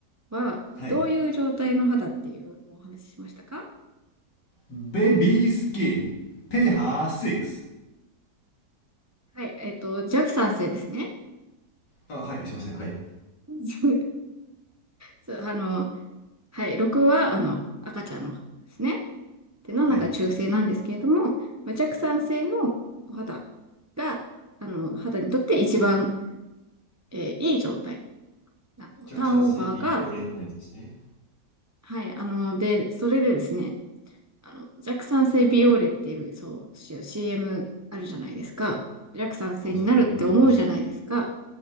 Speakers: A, on the right; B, on the left.
A: は、
B: はい。
A: どういう状態の肌っていうお話ししましたか
B: ベビースキン、ペハー6。
A: はい、えっと、弱酸性ですね。
B: あ、はい、すいません。はい。
A: <laughs> そう、あの、はい、6は、あの、赤ちゃんの肌ですね。で、7が中性なんですけれども、
B: はい。
A: まあ、弱酸性のお肌が、あの、肌にとって一番、えーいい状態。あの、
B: ジャックさん性ビオレのやつですね。
A: ターンオーバーが、はい、あの、で、それでですね、あの、弱酸性ビオーレっていう、そう、CM あるじゃないですか。弱酸性になるって思うじゃないですか。
B: うん、それ僕今言いましたね。